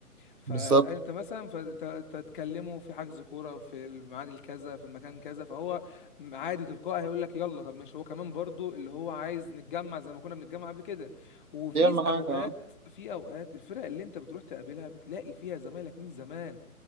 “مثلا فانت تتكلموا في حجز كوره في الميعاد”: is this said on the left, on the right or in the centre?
Left